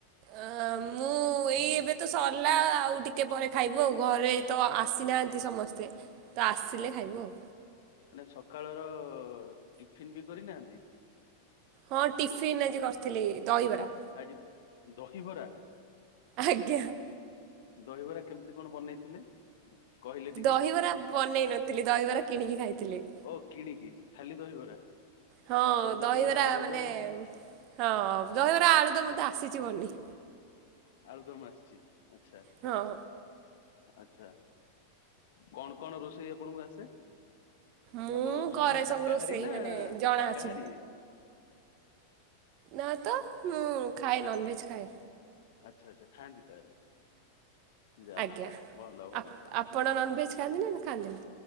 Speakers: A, on the right (about 40°); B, on the left (about 55°).
A: ଅ ମୁଁ ଏଇ ଏବେ ତ ସରିଲା ଆଉ ଟିକେ ପରେ ଖାଇବୁ ଆଉ ଘରେ ତ ଆସିନାହାନ୍ତି ସମସ୍ତେ ତ ଆସିଲେ ଖାଇବୁ ଆଉ।
B: ମାନେ ସକାଳର ଟିଫିନ୍ ବି କରିନାହାନ୍ତି?
A: ହଁ ଟିଫନ୍ ଆଜି କରିଥିଲି ଦହିବରା।
B: ଆଜି ଦହିବରା?
A: ଆଜ୍ଞା।
B: ଦହିବରା କେମିତି କଣ ବନେଇଥିଲେ? କହିଲେ ଟିକେ
A: ଦହିବରା ବନେଇ ନଥିଲି ଦହିବରା କିଣିକି ଖାଇଥିଲି।
B: ଓ କିଣିକି ଖାଲି ଦହିବରା
A: ହଁ
B: ନା ଦହିବରା ଆଳୁଦମ୍।
A: ମାନେ ହଁ ଦହିବରା ଆଳୁଦମ୍ ମତେ ଆସିଛିି ବନେଇ।
B: ଆଳୁଦମ୍ ଆସଛି ଆଚଛା।
A: ହଁ।
B: ଆଚ୍ଛା କଣ କଣ ରୋଷେଇ ଆପଣଙ୍କୁ ଆସେ?
A: ମୁଁ
B: ଆପଣ ସୁଧ
A: କରେ
B: ଶାକାହାରୀ
A: ସବୁ ରୋଷେଇ
B: ନା
A: ମାନେ ଜଣା
B: ଶାକାହାରୀ?
A: ଅଛି
B: <inaudible>
A: ନା ତ ମୁଁ ଖାଏ ନନ୍ ଭେଜ୍ ଖାଏ।
B: ଆଚ୍ଛା ଆଚ୍ଛା ଖାଆନ୍ତିି ତାହେଲେ। ଯା
A: ଆଜ୍ଞା
B: ହଉ ଭଲ ଭଲ
A: ଆପ ଆପଣ ନନଭେଜ୍ ଖାଆନ୍ତିନି ନା ଖାଆନ୍ତିନି?